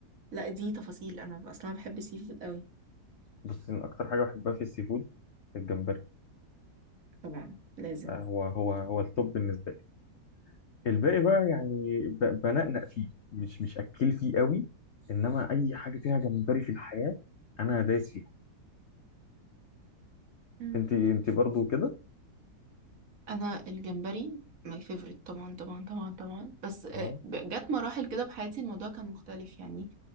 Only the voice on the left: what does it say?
بس من اكتر حاجة بحبها في السي فود الجمبري
آه، هو هو هو التوب بالنسبة لي الباقي بقى يعني ب- بنقنق فيه مش مش اكل فيه قوي انما اي حاجه فيها جمبري في الحياه انا دايس فيها
انت انت برضو كده
اه